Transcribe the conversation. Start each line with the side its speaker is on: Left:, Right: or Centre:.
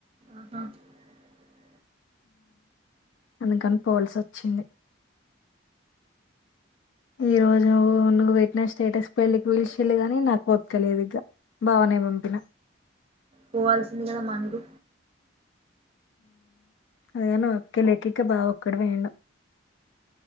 Right: అ
Left: అందుకని పోవాల్సి వచ్చింది ఈ రోజు నువ్వు పెట్టిన స్టేటస్ పెళ్ళికి పీలిచిేి గాని నాకు ఒపకలేదు ఇగా బావనే పంపిన
Right: పోవాల్సింది కదా మానడు
Left: అదన ఒకే లెక్కకి బాగా ఒక్కడ వేం ఆ